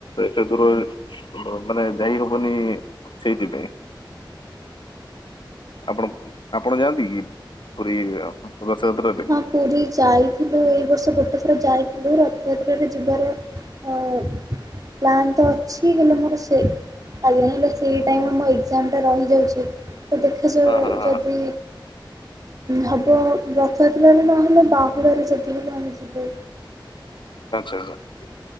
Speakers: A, on the left; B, on the right.
A: ଏତେ ଦୂର <inaudible> ମାନେ ଯାଇ ହବନି ସେଇଥିପାଇଁ। ଆପଣ, ଆପଣ ଯାଆନ୍ତି କି ପୁରୀ? ରଥଯାତ୍ରାରେ
B: ହଁ ପୁରୀ ଯାଇଥିଲୁ ଏଇ ବର୍ଷ ଗୋଟେ ଥର ଯାଇଥିଲୁ ରଥଯାତ୍ରାରେ ଯିବାର ଅ-ଅ ପ୍ଲାନ୍ ତ ଅଛି ହେଲେ ମୋର ସେ ଆଜ୍ଞା, ହେଲେ ସେଇ ଟାଇମ ମୋ ଏକ୍ଜାମଟା ରହିଯାଉଛି। ଦେଖାଯାଉ
A: ହଁ ହଁ ହଁ
B: ଯଦି ହବ ର ରଥଯାତ୍ରାରେ ନହେଲେ ବାହୁଡାରେ ଯଦି ହେବ ଆମେ ଯିବେ‌।
A: ଆଚ୍ଛା-ଆଛା,